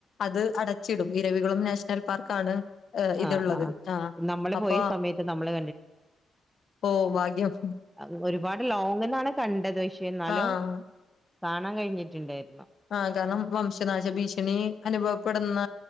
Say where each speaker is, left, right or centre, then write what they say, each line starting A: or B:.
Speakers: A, on the left (about 50°); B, in the centre.
A: അത് അടച്ചിടും ഇരവികുളം നാഷണൽ പാർക്കാണ് ഏ ഇത്ള്ളത്
B: ആഹ് ആഹ്
A: ആ
B: നമ്മള്
A: അപ്പൊ
B: പോയ സമയത്ത് നമ്മള്
A: ഓ വാഗ്യം
B: അഹ്‌ ഒരുപാട് ലോങ്ങ്ന്നാണ് കണ്ടത് പക്ഷേ ന്നാലും
A: ആഹ്
B: കാണാൻ കഴിഞ്ഞിട്ട് ണ്ടായി
A: ആ കാരണം വംശനാശ ഭീഷണി അനുഭവപ്പെടുന്ന